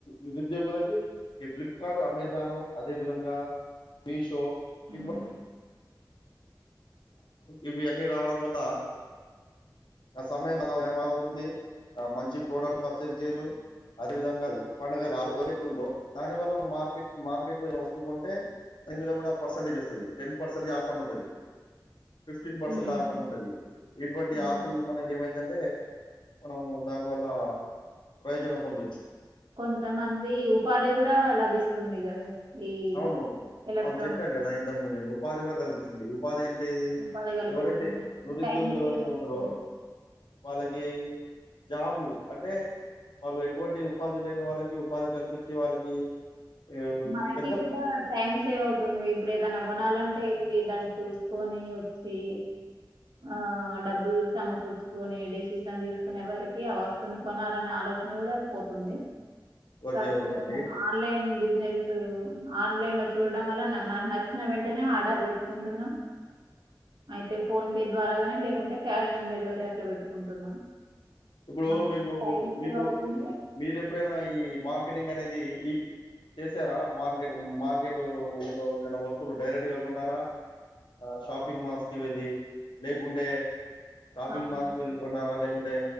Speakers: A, on the left; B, on the right.
A: నిరుద్యోగులకి ఈ ఫ్లిప్కర్ట్ అమెజాను అదే విధంగా మీషో
B: ఉమ్
A: ఇదివ ఇవి అన్నీ రావడం వల్ల ఆ సమయం అద ఏమవుతుంది ఆ మంచి ప్రోడక్ట్ పర్చేస్ చేయ్యు అదే విధంగా పండగలు <unintelligible> దాని వల్ల మన మార్కెట్ మార్కెట్ లో ఏం వస్తువు కొంటే దాని మీద కూడా పర్సెంటేజ్ వస్తుంది టెన్ పర్సెంటేజ్ ఆఫ్ అని ఉంటది ఫిఫ్టీన్ పర్సెంట్
B: ఉమ్
A: ఆఫ్ అని ఉంటది ఇటువంటి
B: ఉమ్.
A: ఆఫ్లు మనకి ఏమైందంటే అంటే మనము దానివల్ల ప్రయోజనం పొందొచ్చు
B: కొంతమంది ఉపాధి కూడా లభిస్తుంది కదా ఈ
A: అవును
B: ఎలక్ట్రానిక్
A: అవును చెప్పాను కదా ఇంతకుముందు నేను ఉపాధి కూడా కల్పిస్తుంది ఉపాధి అంటేది
B: ఉపాధి కల్పిస్తుంది
A: ఎవరైతే నిరుద్యోగులు
B: టైం సేవ్
A: ఎవరైతే
B: అవుతుంది
A: ఉంటారో వాళ్ళకి జాబు అంటే వాళ్ళు ఎటువంటి ఉపాధి లేని వాళ్ళకి ఉపాధి కల్పించి వాళ్ళకి ఎవడు
B: మనకి కూడా టైమ్ సేవ్ అవుతుంది ఇప్పుడు ఏదైనా కోనాలంటే వె దాన్ని చూసుకొని వచ్చి ఆ డబ్బులు సమకూర్చుకొని డెసిషన్ తీసుకునే వారికి ఆ వస్తువుని కొనాలనే ఆలోచన కూడా పోతుంది
A: ఓకే.
B: కాకుండా
A: ఓకే అండి.
B: మన ఆన్లైన్ బిజినెసు ఆన్లైన్ లో చూడడం వల్ల మనకు నచ్చిన వెంటనే ఆర్డర్ పెట్టుకుంటున్నాం అయితే ఫోన్ పే ద్వారా గాని లేకుంటే క్యాష్ ఆన్ డెలివరీ అట్లా పెట్టుకుంటున్నాం
A: ఇప్పుడు
B: మనకి
A: మీకు
B: టైం సేవ్
A: మీకు
B: అవుతుంది
A: మీరు ఎప్పుడైనా ఈ మార్కెటింగ్ అనేది చేసారా మార్కెట్ మార్కెట్ లో ఏ వస్తువులు డైరెక్ట్ గా కొన్నారా షాపింగ్ మాల్స్ కి వెళ్ళి లేకుంటే షాపిింగ్
B: ఆ,
A: మాల్స్ కు వెళ్లి కొనాలి అప్పుడే